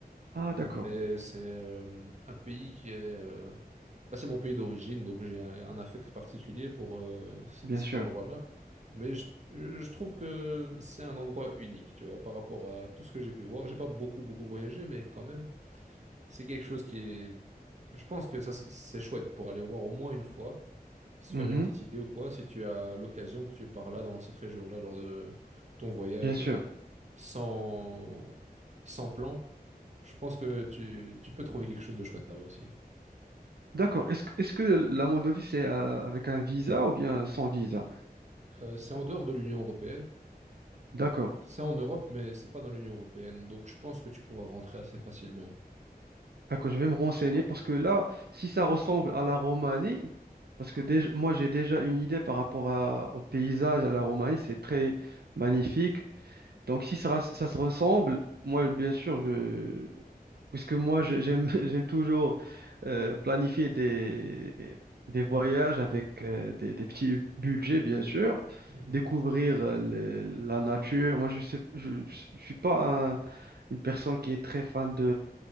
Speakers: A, on the right (about 80°); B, on the right (about 45°).
A: Ah,
B: Mais
A: d'accord.
B: c'est euh, un pays qui est... euh, bah, c'est mon pays d'origine, donc j'ai un, un affect particulier pour euh, c-
A: Bien
B: cet
A: sûr.
B: endroit-là. Mais je, je trouve que c'est un endroit unique, tu vois, par rapport à tout ce que j'ai pu voir. J'ai pas beaucoup, beaucoup voyagé, mais quand même... C'est quelque chose qui est... Je pense que ça, c'est chouette pour aller voir au moins une fois, se
A: Mhm.
B: faire une petite idée ou quoi, si tu as l'occasion que tu es par là, dans cette région-là, lors de ton voyage
A: Bien sûr.
B: euh, sans, sans plan. Je pense que tu, tu peux trouver quelque chose de chouette là-bas aussi.
A: D'accord. Est-ce que, est-ce que la Moldovie, c'est euh, avec un visa ou bien sans visa?
B: Euh, c'est en dehors de l'Union européenne.
A: D'accord.
B: C'est en Europe, mais c'est pas dans l'Union européenne. Donc je pense que tu pourras rentrer assez facilement.
A: D'accord, je vais me renseigner parce que là, si ça ressemble à la Roumanie, parce que déjà, moi j'ai déjà une idée par rapport à- au paysage à la Roumanie, c'est très magnifique. Donc si ça, ras- ça se ressemble, moi bien sûr, je... puisque moi je- j'aime <laughs> j'aime toujours euh, planifier des, des voyages avec euh, des, des petits budgets, bien sûr,
B: Mhm.
A: découvrir euh, le- la nature. Moi je sais, je, je suis pas un- une personne qui est très fan